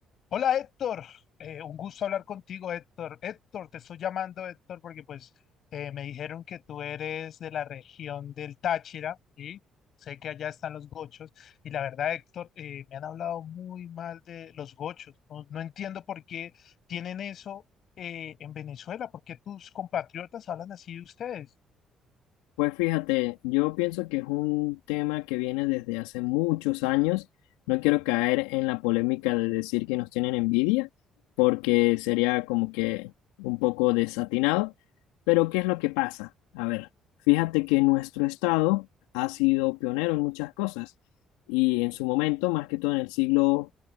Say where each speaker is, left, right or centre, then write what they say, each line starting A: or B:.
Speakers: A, on the left; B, on the left.
A: Hola Héctor, Eh, un gusto hablar contigo Héctor. Héctor, te estoy llamando Héctor porque pues eh, me dijeron que tú eres de la región del Táchira y sé que allá están los gochos y la verdad Héctor, eh, me han hablado muy mal de los gochos. No, no entiendo por qué tienen eso eh, en Venezuela, por qué tus compatriotas hablan así de ustedes.
B: Pues fíjate, yo pienso que es un tema que viene desde hace muchos años. No quiero caer en la polémica de decir que nos tienen envidia, porque sería como que un poco desatinado. Pero ¿qué es lo que pasa? A ver, fíjate que nuestro estado ha sido pionero en muchas cosas y en su momento, más que todo en el siglo